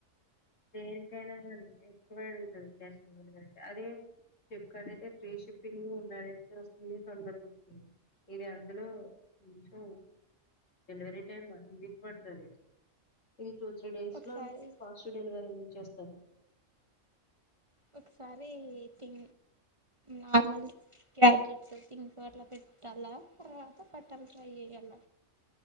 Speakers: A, on the left (about 80°); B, on the right (about 30°).
A: దేనికైనా గానీ ఎక్కువే అడుగుతది క్యాష్ ఆన్ డెలివరీ అదె ఫిప్కార్ట్ అయితే ఫ్రీ షిప్పింగ్ నైట్ కి వస్తుంది తొందరగొస్తుంది ఇది అ దులో Meesho delivery time one week పడ్తది టూ త్రీ డేస్లో
B: ఒకసారి
A: ఫస్ట్ డెలివరీ వచ్చేస్తది
B: ఒకసారి తిం నార్మళ్ళి క్యాబ్జెట్స్ థింగ్స్ అట్ల పెట్టాలా తర్వాత పట్టాలి ట్రై చేయాల